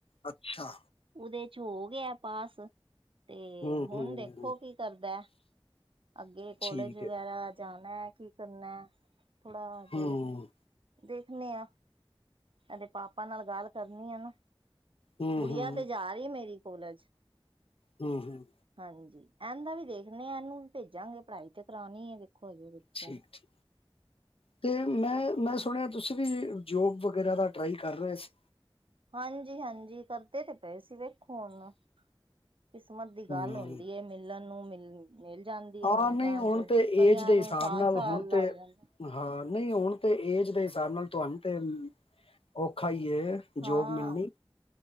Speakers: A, on the left (about 85°); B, on the right (about 70°).
A: ਅੱਛਾ
B: ਉਹਦੇ ਚ ਹੋ ਗਿਆ ਪਾਸ ਤੇ
A: ਹੂੰ
B: ਹੁਣ
A: ਹੂੰ
B: ਦੇਖੋ ਕੀ ਕਰਦਾ ਅੱਗੇ ਕੋਲੇਜ
A: ਠੀਕ
B: ਵਗੈਰਾ
A: ਹੈ
B: ਜਾਣਾ ਕੀ ਕਰਨਾ ਥੋੜਾ ਜੇ,
A: ਹੂੰ
B: ਦੇਖਣੇ ਹਾਂ। ਇਹਦੇ ਪਾਪਾ ਨਾਲ ਗੱਲ ਕਰਨੀ ਆ ਨਾ,
A: ਹੂੰ
B: ਗੁੜੀਆਂ
A: ਹੂੰ
B: ਤੇ ਜਾ ਰਹੀ ਮੇਰੀ ਕਾਲਜ।
A: ਹੂੰ-ਹੂੰ,
B: ਹਾਂਜੀ ਇਹਨ ਦਾ ਵੀ ਦੇਖਣੇ, ਇਹਨੂੰ ਵੀ ਭੇਜਾਂਗੇ ਪੜ੍ਹਾਈ ਤੇ ਕਰਾਉਣੀ ਹੈ ਦੇਖੋ ਹਜੇ। ਬੱਚੇ
A: ਠੀਕ
B: ਨੂੰ
A: ਠੀਕ, ਤੇ ਮੈਂ ਮੈਂ ਸੁਣਿਆ ਤੁਸੀਂ ਵੀ ਜੋਬ ਵਗੈਰਾ ਦਾ ਟਰਾਈ ਕਰ ਰਹੇ ਸੀ।
B: ਹਾਂਜੀ ਹਾਂਜੀ, ਕਰਦੇ ਤੇ ਪਏ ਸੀ ਵੇਖੋ ਹੁਣ। ਕਿਸਮਤ ਦੀ ਗੱਲ
A: ਹੂੰ
B: ਹੁੰਦੀ ਹੈ ਮਿਲਣ ਨੂੰ ਮਿਲ ਮਿਲ ਜਾਂਦੀ,
A: ਹਾਂ
B: ਮਿੰਟਾਂ
A: ਨਹੀਂ ਹੁਣ
B: ਚ
A: ਤੇ
B: ਕਈਆਂ
A: ਏਜ ਦੇ
B: ਨੂੰ
A: ਹਿਸਾਬ
B: ਸਾਲ
A: ਨਾਲ
B: ਸਾਲ
A: ਹੁਣ
B: ਲੱਗ
A: ਤੇ
B: ਜਾਂਦਾ।
A: ਹਾਂ ਨਹੀਂ ਹੁਣ ਤੇ ਏਜ ਦੇ ਹਿਸਾਬ ਨਾਲ ਤੁਹਾਨੂੰ ਤੇ ਔਖਾ ਹੀ ਜੋਬ
B: ਹਾਂ
A: ਮਿਲਣੀ,